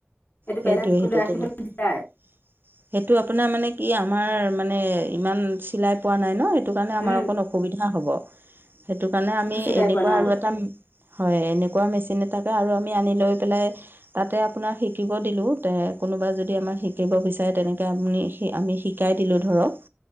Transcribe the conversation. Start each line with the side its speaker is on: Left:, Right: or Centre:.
Left: সেইটো
Right: সেইটোৱে-
Left: বেলেঞ্চ
Right: সেইটো
Left: কৰি ৰাখিবলৈ
Right: তেনে
Left: দিগদাৰ
Right: সেইটো আপোনাৰ মানে কি আমাৰ মানে ইমান চিলাই পোৱা নাই ন'সেইটো কাৰনে আমাৰ
Left: উম
Right: অকণ অসুবিধা হ'ব। সেইটো কাৰণে আমি
Left: চিলাই
Right: এনেকুৱা
Left: পোৱা নাই
Right: আৰু এটা হয় এনেকুৱা মেচি আমি আৰু আনি লৈ পেলাই তাতে আপোনাৰ শিকিব দিলো কোনোবা যদি আমাৰ শিকিব বিচা তেনেকৈ আমনি আমি শিকাই দিলোঁ ধৰক